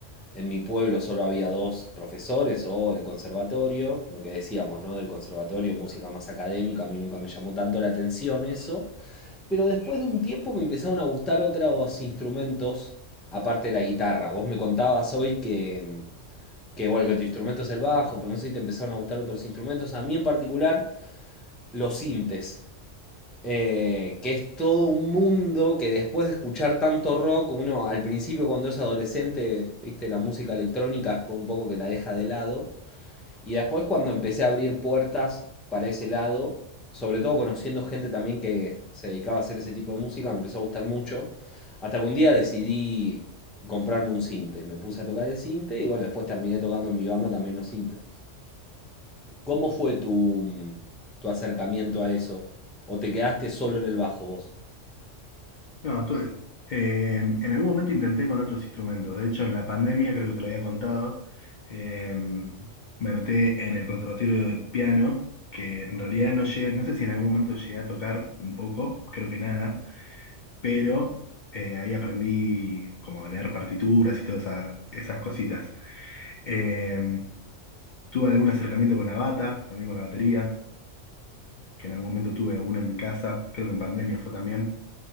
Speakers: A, in the centre; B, on the left.
A: En mi pueblo solo había dos profesores o el conservatorio, lo que decíamos, ¿no? Del conservatorio, música más académica, a mí nunca me llamó tanto la atención eso. Pero después de un tiempo me empezaron a gustar otros instrumentos aparte de la guitarra. Vos me contabas hoy que, que, bueno, que tu instrumento es el bajo, pero no sé si te empezaron a gustar otros instrumentos. A mí en particular, los sintes eh, que es todo un mundo que después de escuchar tanto rock, uno al principio cuando es adolescente, viste, la música electrónica es un poco que la deja de lado, y después cuando empecé a abrir puertas para ese lado, sobre todo conociendo gente también que se dedicaba a hacer ese tipo de música, me empezó a gustar mucho, hasta que un día decidí comprarme un cinte, me puse a tocar el cinte y bueno, después terminé tocando en mi banda también los cintes. ¿Cómo fue tu, tu acercamiento a eso? ¿O te quedaste solo en el bajo vos?
B: No, estuve- eh, en algún momento intenté con otros instrumentos. De hecho, en la pandemia, creo que te lo había contado, eh, me anoté en el conservatorio de piano, que en realidad no llegué, no sé si en algún momento llegué a tocar un poco, creo que nada, pero eh, ahí aprendí como a leer partituras y todas esa- esas cositas. Eh, tuve algún acercamiento con la bata, también con la batería, que en algún momento tuve una en mi casa, creo que en pandemia fue también.